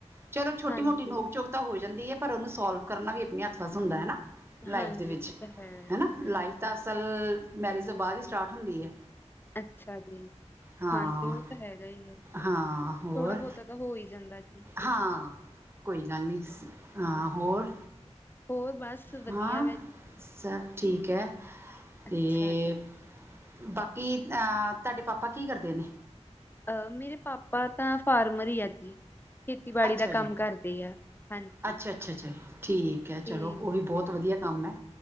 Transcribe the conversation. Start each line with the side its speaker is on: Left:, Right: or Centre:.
Right: ਚਲੋ ਛੋਟੀ
Left: ਹਾਂਜੀ,
Right: ਮੋਟੀ ਨੋਕ ਚੋਕ ਤਾਂ ਹੋ ਜਾਂਦੀ ਐ, ਪਰ ਉਹਨੂੰ ਸੋਲਵ ਕਰਨਾ ਵੀ ਆਪਣੀ ਹੱਥ ਵਸ ਹੁੰਦਾ ਹੈ ਨਾ। ਲਾਈਫ
Left: ਹਾਂਜੀ
Right: ਦੇ ਵਿੱਚ,
Left: ਉਹ ਤਾਂ ਹੈ
Right: ਹੇਨਾ
Left: ਹਾਂਜੀ
Right: ਲਾਈਫ ਤਾਂ ਅਸਲ ਮੈਰਿਜ ਤੋਂ ਬਾਅਦ ਹੀ ਸਟਾਰਟ ਹੁੰਦੀ ਐ।
Left: ਅੱਛਾ ਜੀ।
Right: ਹਾਂ,
Left: ਹਾਂਜੀ ਉਹ ਤਾਂ ਹੈਗਾ ਹੀ ਆ
Right: ਹਾਂ, ਹੋਰ
Left: ਥੋੜਾ ਬਹੁਤਾ ਤਾਂ ਹੋ ਹੀ ਜਾਂਦਾ ਜੀ
Right: ਹਾਂ। ਕੋਈ ਗੱਲ ਨਹੀਂ, ਸ ਹਾਂ ਹੋਰ?
Left: ਹੋਰ ਬਸ ਵਧੀਆ
Right: ਹਾਂ
Left: ਵਾ
Right: ਸਭ ਠੀਕ ਹੈ ਅਤੇ
Left: ਅੱਛਾ ਜੀ
Right: ਬਾਕੀ ਅਹ ਤੁਹਾਡੇ ਪਾਪਾ ਕੀ ਕਰਦੇ ਨੇ?
Left: ਅਹ ਮੇਰੇ ਪਾਪਾ ਤਾਂ ਫਾਰਮਰ ਹੀ ਆ ਜੀ ਖੇਤੀਬਾੜੀ
Right: ਅੱਛਾ
Left: ਦਾ
Right: ਜੀ,
Left: ਕੰਮ ਕਰਦੇ ਆ ਹਾਂਜੀ।
Right: ਅੱਛਾ, ਅੱਛਾ, ਅੱਛਾ, ਠੀਕ ਹੈ
Left: ਤੇ
Right: ਚਲੋ, ਉਹ ਵੀ ਬੋਤ ਵਧੀਆ ਕੰਮ ਹੈ।